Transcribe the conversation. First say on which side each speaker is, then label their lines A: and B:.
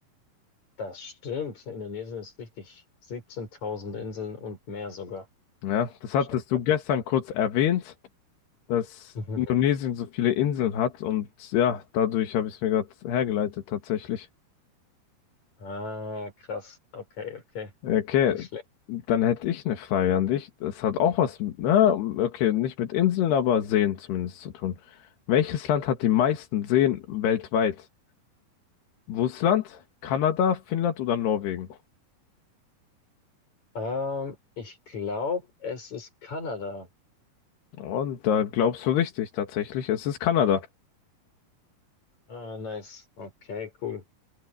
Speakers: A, on the left; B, on the left.
A: Das stimmt. Indonesien ist richtig. 17.000 Inseln und mehr sogar.
B: Ja, das hattest
A: Schon verrückt.
B: du gestern kurz erwähnt, dass
A: <laughs>
B: Indonesien so viele Inseln hat und ja, dadurch habe ich es mir gerade hergeleitet tatsächlich.
A: Ah, krass. Okay, okay.
B: Okay,
A: Nicht schlecht.
B: dann hätte ich eine Frage an dich. Das hat auch was, ne? Okay, nicht mit Inseln, aber Seen zumindest zu tun. Welches Land hat die meisten Seen weltweit? Russland, Kanada, Finnland oder Norwegen?
A: Ähm, ich glaube, es ist Kanada.
B: Und da glaubst du richtig, tatsächlich. Es ist Kanada.
A: Ah, nice. Okay, cool.